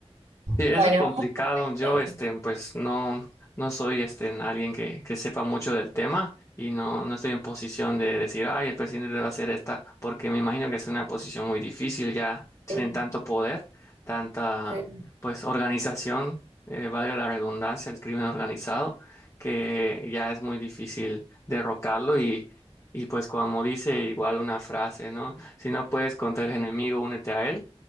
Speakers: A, on the left (about 25°); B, on the right (about 85°).
A: Sí, es
B: Bueno,
A: lo complicado. Yo,
B: eh,
A: este, pues no, no soy, este, alguien que, que sepa mucho del tema y no, no estoy en posición de decir, ay, el presidente debe hacer esta, porque me imagino que es una posición muy difícil. Ya tienen
B: eh,
A: tanto poder, tanta,
B: re-
A: pues, organización, eh, valga la redundancia, el crimen organizado, que ya es muy difícil derrocarlo y, y pues, como dice igual una frase, ¿no? Si no puedes contra el enemigo, únete a él.